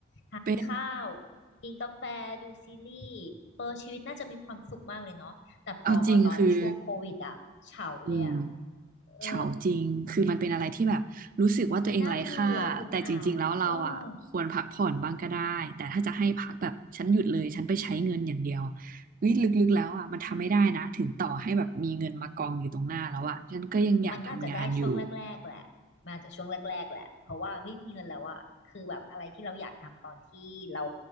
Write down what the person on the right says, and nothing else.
เป็น
เอาจริงคืออืม
เฉาจริงคือมันเป็นอะไรที่แบบรู้สึกว่าตัวเองไร้ค่าแต่จริงๆแล้วเราอ่ะควรพักผ่อนบ้างก็ได้แต่ถ้าจะให้พักแบบฉันหยุดเลยฉันไปใช้เงินอย่างเดียว
วิลึกๆแล้วอ่ะมันทำไม่ได้นะถึงต่อให้แบบมีเงินมากองอยู่ตรงหน้าแล้วอ่ะฉันก็ยังอยากทำงานอยู่